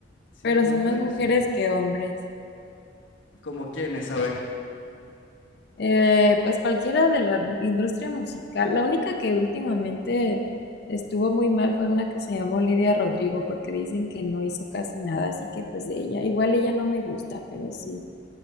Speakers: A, on the left; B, on the left.
A: sí
B: Pero
A: hay
B: son
A: hombres.
B: más mujeres que hombres.
A: ¿Como quiénes? A ver.
B: Eh, pues cualquiera de la mu- industria musical. La única que últimamente estuvo muy mal fue una que se llamó Lidia Rodrigo, porque dicen que no hizo casi nada, así que pues de ella, igual ella no me gusta, pero sí.